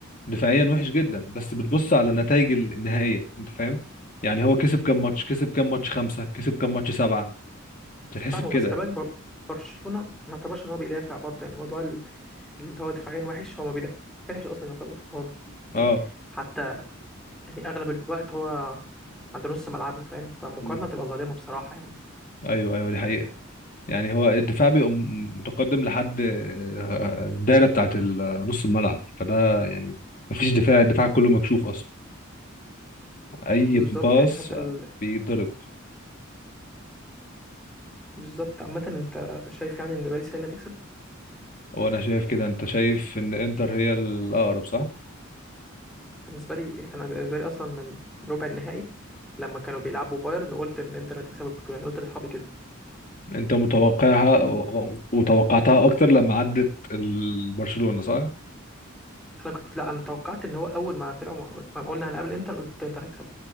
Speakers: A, on the left; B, in the centre.
A: دفاعيا وحش جدا بس بتبص على النتائج النهائيه انت فاهم يعني هو كسب كام ماتش كسب كام ماتش خمسه كسب كام ماتش سبعه بتتحسب
B: فاهمك
A: كده
B: بس خلي
A: يعني
B: بالك بر- برشلونه ما يعتبرش ان هو بيدافع برضه يعني موضوع اللي هو دفاعيا وحش هو ما بيدافعش اصلا يعتبر هو ب-
A: اه
B: يعني حتى يعني اغلب الوقت هو عند نص ملعبه فاهم فالمقارنه
A: مم.
B: بتبقى ظالمه بصراحه يعني
A: ايوه ايوه دي حقيقه يعني هو الدفاع بيبقى م- متقدم لحد آه، الدايره بتاعت ال- نص الملعب فده يعني مفيش دفاع الدفاع كله مكشوف اصلا اي
B: بالظبط
A: باص
B: يعني حتى ال...
A: بيتضرب
B: بالظبط عامه انت شايف يعني ان باريس هي اللي هتكسب
A: وانا شايف كده انت شايف ان انتر هي الاقرب صح
B: بالنسبه لي انا بالنسبه لي اصلا من ربع النهائي لما كانوا بيلعبوا بايرن قلت ان انتر هتكسب البطوله يعني قلت لاصحابي كده
A: انت متوقعها و- و- وتوقعتها اكتر لما عدت ال- برشلونه صح
B: انا كنت لا انا توقعت ان هو اول ما طلعوا مع... ما قلنا هنقابل انتر قلت انتر هيكسب